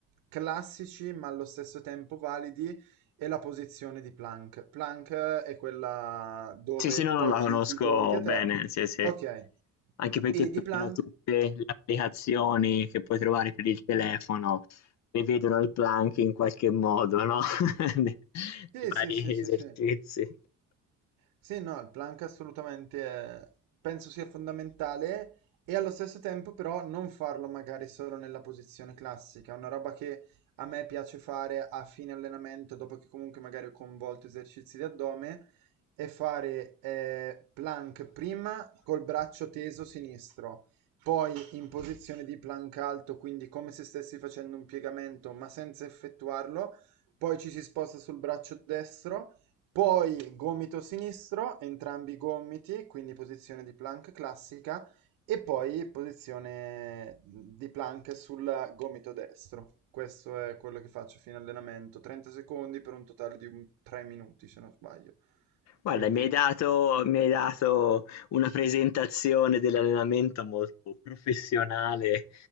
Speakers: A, on the right; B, on the left.
A: classici ma allo stesso tempo validi è la posizione di plank. Plank è quella dove
B: Sì, sì, no,
A: poggi
B: no, la conosco
A: i gomiti a
B: bene,
A: terra.
B: sì, sì.
A: Ok.
B: Anche perché
A: E
B: più
A: di
B: o
A: plank?
B: meno tutte le applicazioni che puoi trovare per il telefono prevedono il plank in qualche modo, no? <laughs> Di
A: Sì,
B: di vari
A: sì, sì, sì,
B: esercizi.
A: sì. Sì, no, il plank assolutamente eh, penso sia fondamentale e allo stesso tempo però non farlo magari solo nella posizione classica, una roba che a me piace fare a fine allenamento, dopo che comunque magari ho convolto esercizi di addome, è fare eh, plank prima col braccio teso sinistro, poi in posizione di plank alto, quindi come se stessi facendo un piegamento ma senza effettuarlo, poi ci si sposta sul braccio destro poi gomito sinistro, entrambi i gomiti, quindi posizione di plank classica e poi posizione di plank sul gomito destro. Questo è quello che faccio fino all'allenamento, 30 secondi per un totale di 3 minuti se non sbaglio.
B: Guarda,
A: Quindi
B: mi hai dato, mi hai dato una presentazione dell'allenamento molto professionale